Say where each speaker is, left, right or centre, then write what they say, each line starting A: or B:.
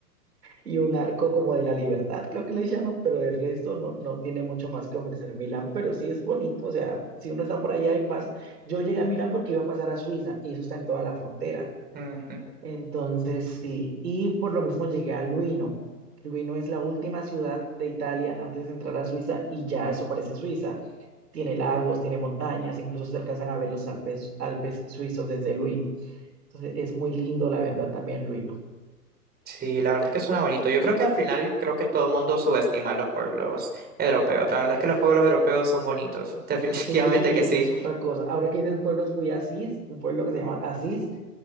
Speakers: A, on the right; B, on the right.
A: Y un arco como de la libertad, creo que le llaman, pero del resto no, no tiene mucho más que ofrecer Milán, pero sí es bonito, o sea, si uno está por allá y pasa, yo llegué a Milán porque iba a pasar a Suiza y eso está en toda la frontera.
B: <laughs>
A: Entonces, sí, y por lo mismo llegué a Luino. Luino es la última ciudad de Italia antes de entrar a Suiza y ya eso parece Suiza tiene lagos, tiene montañas, incluso se alcanzan a ver los Alpes, Alpes suizos desde Luino. Entonces es muy lindo, la verdad, también Luino.
B: Sí, la verdad es que suena bonito. Yo creo que al final creo que todo el mundo subestima a los pueblos europeos. La verdad es que los pueblos europeos son bonitos. <laughs> Definitivamente
A: Sí,
B: que sí.
A: eso es otra cosa. Ahora que dices pueblos, fui a Asís, un pueblo que se llama Asís.